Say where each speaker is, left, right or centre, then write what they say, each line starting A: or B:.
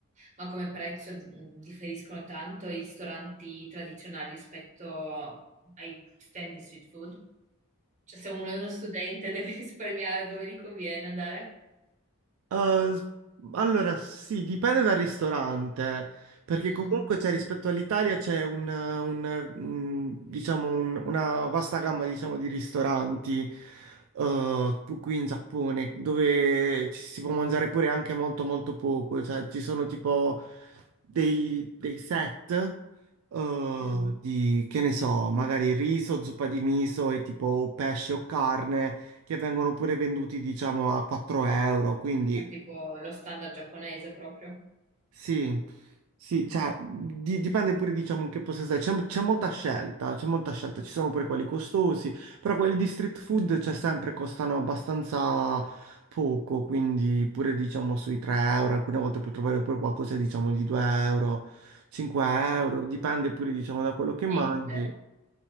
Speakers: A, on the right (about 35°); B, on the right (about 70°).
A: Ma come prezzo mm, differiscono tanto i ristoranti tradizionali rispetto ai stand di street food? Cioè, se uno è uno studente <laughs> deve risparmiare dove gli conviene andare?
B: Uh, s- allora, sì, dipende dal ristorante, perché
A: Mm,
B: comunque c'è rispetto all'Italia c'è un, eh, un, eh, mm, diciamo un- una vasta gamma, diciamo, di ristoranti eh, qui in Giappone, dove ci si può mangiare pure anche molto molto poco, cioè ci sono tipo dei, dei set eh,
A: mm.
B: di, che ne so, magari riso, zuppa di miso e tipo pesce o carne che vengono pure venduti, diciamo, a 4 euro. Quindi
A: Ah, Tipo lo standard giapponese proprio.
B: sì, sì,
A: Mm.
B: cioè, di- dipende pure, diciamo, in che posto stai. C'è c'è molta scelta, c'è molta scelta. Ci sono pure quelli costosi, però quelli di street food, cioè, sempre costano abbastanza poco. Quindi pure, diciamo, sui 3 euro. Alcune volte puoi trovare pure qualcosa, diciamo, di 2 euro, 5 euro. Dipende pure, diciamo, da quello che
A: Niente.
B: mangi.